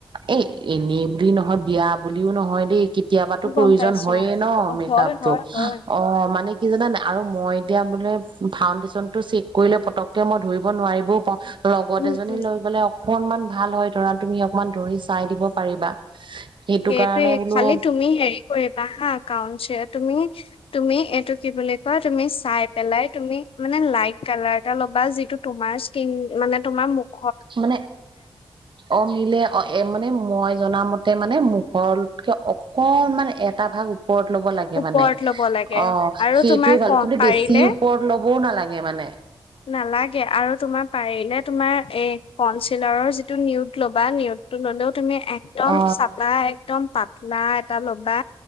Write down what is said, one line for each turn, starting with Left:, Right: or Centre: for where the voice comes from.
Right: এ এনেবুলি নহয় বিয়াৰ বুলিও নহয় দেই কেতিয়াবাতো
Left: গম
Right: প্ৰয়োজন
Left: পাইছো
Right: হয়ে ন
Left: অ
Right: মেকআপটো
Left: হয় হয় হয়
Right: অ মানে কি জানানে নাই আৰু মই এতিয়া বোলে ফাউণ্ডেশ্যনটো চি কৰিলে পতককে মই ধৰিব নোৱাৰিবও পাওঁ লগত
Left: উম
Right: এজনী
Left: উম
Right: লৈ গলে অকনমান ভাল হয়, ধৰা তুমি অকমান ধৰি চাই দিব পাৰিবা। সেইটো
Left: সেইটোৱে
Right: কাৰণে বোলো
Left: খালি তুমি হেৰি কৰিবা হা কাউনচ তুমি তুমি এইটো কি বুলি কয় তুমি চাই পেলাই তুমি মানে লাইট কালাৰ এটা ল'বা যিটো তোমাৰ স্কিন মানে তোমাৰ মুখ
Right: মানে অ মিলে অ মানে মই জনা মতে মানে মুখতকে অকণ মানে এটা ভাগ ওপৰত ল'ব লাগে
Left: ওপৰত
Right: মানে
Left: ল'ব লাগে
Right: অ
Left: আৰু
Right: সেইটোয়ে
Left: তোমাৰ
Right: ভাল
Left: ক
Right: কিন্তু
Left: পাৰিলে
Right: বেছি ওপৰত ল'ব ক'বও নালাগে মানে।
Left: নালাগে আৰু তোমাৰ পাৰিলে তোমাৰ এ কনচিলাৰৰ যিটো নউট ল'বা নউটটো ললেওঁ তুমি একদম
Right: অ
Left: চফা একদম পাতলা এটা ল'বা